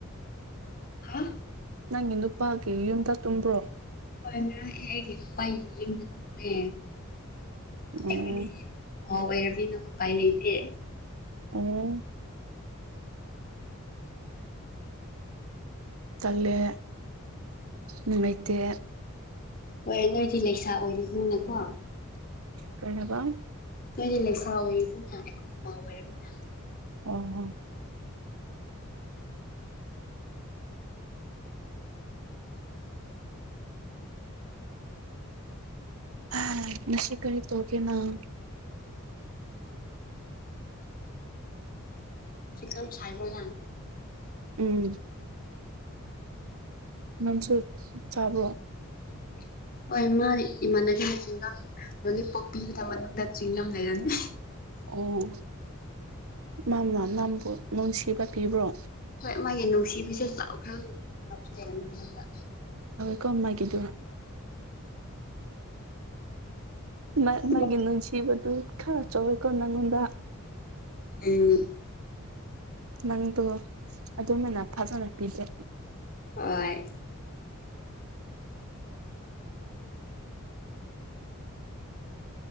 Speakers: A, on the left; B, on the right.
A: ꯍꯥ
B: ꯅꯪꯒꯤ ꯅꯨꯄꯥꯒꯤ ꯌꯨꯝꯗ ꯇꯨꯝꯕ꯭ꯔꯣ
A: ꯍꯣꯏ ꯉꯔꯥꯡ ꯑꯩ ꯑꯩꯒꯤ ꯅꯨꯄꯥꯏ ꯌꯨꯝꯗ ꯇꯨꯝꯃꯦ
B: ꯑꯣ
A: ꯑꯩꯈꯣꯏꯗꯤ ꯃꯧ ꯑꯣꯏꯔꯃꯤꯅ ꯎꯄꯥꯏ ꯂꯩꯇꯦ
B: ꯑꯣ ꯇꯜꯂꯦ ꯅꯨꯡꯉꯩꯇꯦ
A: ꯍꯣꯏ ꯅꯣꯏꯗꯤ ꯂꯩꯁꯥ ꯑꯣꯏꯔꯤꯕꯅꯤꯅꯀꯣ
B: ꯀꯩ ꯍꯥꯏꯕ
A: ꯅꯣꯏꯗꯤ ꯂꯩꯁꯥ ꯑꯣꯏꯔꯤꯗꯨꯅ ꯑꯩꯈꯣꯏ ꯃꯧ ꯑꯣꯏꯔꯝꯅꯤꯅ
B: <unintelligible> ꯍꯥ ꯉꯁꯤ ꯀꯔꯤ ꯇꯧꯒꯦ ꯅꯪ
A: ꯆ꯭ꯋꯤꯡꯒꯝ ꯁꯥꯏꯕ꯭ꯔꯣ ꯅꯪ
B: ꯎꯝ ꯅꯪꯁꯨ ꯆꯥꯕ꯭ꯔꯣ
A: <inaudible> ꯍꯣꯏ ꯃꯥ ꯏꯃꯥꯟꯅꯕꯤꯅ ꯆ꯭ꯋꯤꯡꯒꯝ ꯂꯣꯂꯤꯄꯣꯞ ꯄꯤꯕꯗ ꯃꯅꯨꯡꯗ ꯆ꯭ꯋꯤꯡꯒꯝ ꯂꯩꯔꯃꯤ
B: ꯑꯣ ꯃꯥꯅ ꯅꯪꯕꯨ ꯅꯨꯡꯁꯤꯕ ꯄꯤꯕ꯭ꯔꯣ
A: ꯍꯣꯏ ꯃꯥꯒꯤ ꯅꯨꯡꯁꯤꯕꯤꯁꯦ ꯆꯥꯎꯈ꯭ꯔ <inaudible> ꯂꯩꯔꯝꯅꯤ ꯅꯪꯅ
B: ꯀꯝꯃꯥꯏ <unintelligible> ꯃꯥ ꯃꯥꯒꯤ
A: ꯎꯝ
B: ꯅꯨꯡꯁꯤꯕꯗꯨ ꯈꯔ ꯆꯧꯏꯀꯣ ꯅꯪꯉꯣꯟꯗ
A: ꯎꯝ
B: ꯅꯪꯗꯣ ꯑꯗꯨꯃꯥꯏꯅ ꯐꯖꯅ ꯄꯤꯗ꯭ꯔꯦ
A: ꯍꯣꯏ